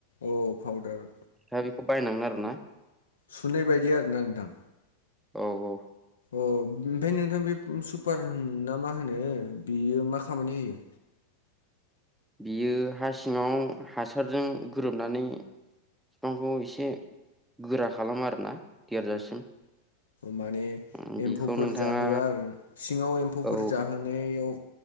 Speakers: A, on the left (about 65°); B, in the centre.
A: औ फउदार।
B: दा बेखौ बायनांगोन आरो ना।
A: सुनाय बायदि आरोना नोंथां।
B: औ औ।
A: अ ओमफ्राय नोंथां बे सुपारा मा होनो बियो मा खामानि होयो।
B: बियो हा सिङाव हासारजों गोरोबनानै। बिफांखौ एसे गोरा खालामो आरोना देरजासिम।
A: माने
B: उम, बेखौ
A: एम्फौफोर
B: नोंथाङा
A: जाहोआ आरो सिङाव एम्फौफोर
B: औ
A: जाहोनायाव।